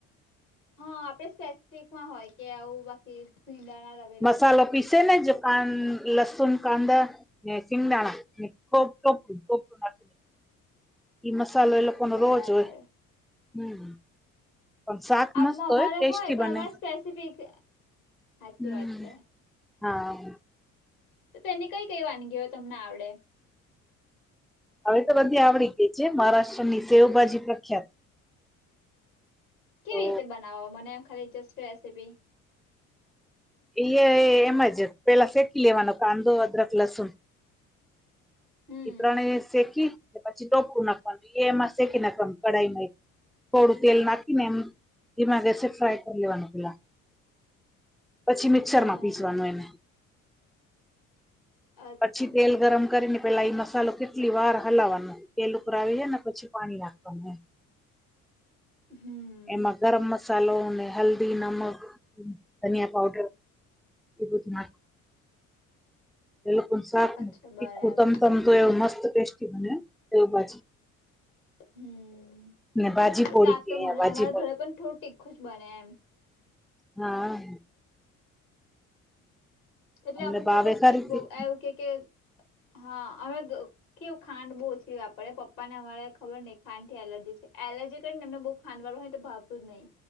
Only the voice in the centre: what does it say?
મસાલો પીસે ને જો કાન લસુન કાંદા ને શિંગદાણા ને ખૂબ ટોપડું ટોપડું ના ઈ મસાલો એ લોકોનો
રોજ હોય. હમ પણ શાક
મસ્ત હોય
ટેસ્ટી
બને.
હમ્મ..
હા.
હવે તો બધી આવડી ગઈ છે. મહારાષ્ટ્ર ની શેવભાજી પ્રખ્યાત.
તો
ઈએ એ એમ જ પેલા શેકી લેવાનો કાંદો, અદરક, લસુન..
ઈ ત્રણેય શેકી પછી ટોપળું નાખવાનું એ એમાં શેકી નાખવાનું કઢાઈમાં એક થોડું તેલ નાકીનેમ ઢીમા મા ગેસ ફ્રાય કરી લેવાનુ પેલા. પછી મિક્સરમાં
પીસવાનું એને.
પછી તેલ ગરમ કરીને પેલા ઈ મસાલો કેટલી વાર હલાવાનો. તેલ ઉપર આવી જઈ ને પછી પાણી નાખવાનું એમ.
એમાં ગરમ મસાલો ને હલ્દી, નમક, ધનિયા... પાવડર એ બધુ નાખ એ લોકો શાક
ન તીખું
તમતમ તો એવું મસ્ત ટેસ્ટી બને એવ બાજ
ને બાજી પોડી
કે
અ બાજી
પાઉ
હા
અમને
ભાવે
ખરી
તીખું